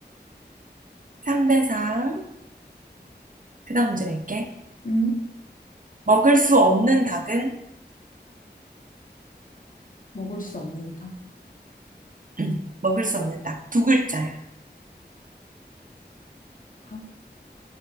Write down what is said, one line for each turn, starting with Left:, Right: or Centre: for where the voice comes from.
Right: 3대3. 그다음 문제 낼게.
Left: 음,
Right: 먹을 수 없는 닭은?
Left: 먹을 수 없는 닭.
Right: 응, 먹을 수 없는 닭. 두 글자야.
Left: 닭?